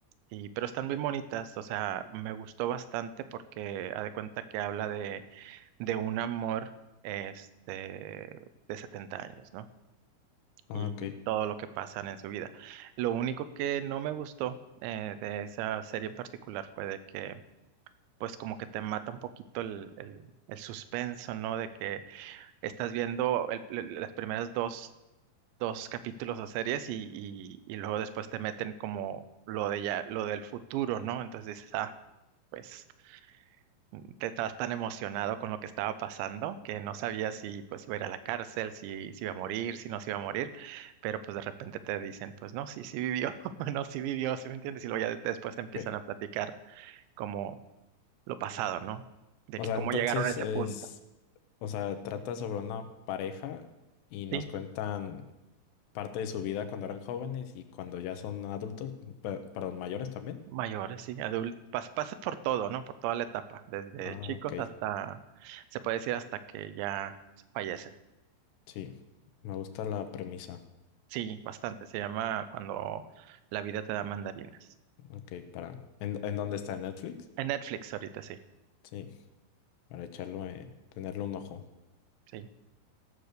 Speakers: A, on the right (about 85°); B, on the left (about 80°).
A: y, pero están muy bonitas, o sea, me gustó bastante porque ha de cuenta que habla de, de un amor, este, de 70 años, ¿no?
B: Ah,
A: Y
B: ok,
A: todo lo que pasan en su vida. Lo único que no me gustó eh, de esa serie en particular fue de que, pues como que te mata un poquito el, el, el suspenso, ¿no? De que estás viendo el- el- las primeras dos, dos capítulos o series y, y, y luego después te meten como lo de ya, lo del futuro, ¿no? Entonces dices, ah, pues mm, te estabas tan emocionado con lo que estaba pasando que no sabías si pues iba a ir a la cárcel, si, si iba a morir, si no se iba a morir, pero pues de repente te dicen, pues no, sí, sí vivió, <laughs> no, sí vivió, ¿sí me entiendes? Y luego ya de- después te empiezan
B: ok.
A: a platicar como lo pasado, ¿no? De
B: O
A: que
B: sea,
A: cómo
B: entonces
A: llegaron a ese
B: es,
A: punto.
B: o sea, trata sobre una pareja y nos
A: ¿sí?
B: cuentan parte de su vida cuando eran jóvenes y cuando ya son adultos, pe- perdón, mayores también.
A: Mayores, sí, adultos, pasas por todo, ¿no? Por toda la etapa, desde
B: Ah,
A: chicos
B: ok,
A: hasta, se puede decir hasta que ya se fallecen.
B: sí. Me gusta la premisa.
A: Sí, bastante, se llama Cuando la vida te da mandarinas.
B: Ok, para... ¿En, en dónde está? ¿En Netflix?
A: En Netflix ahorita, sí,
B: Sí, para echarlo, eh, tenerle un ojo.
A: sí.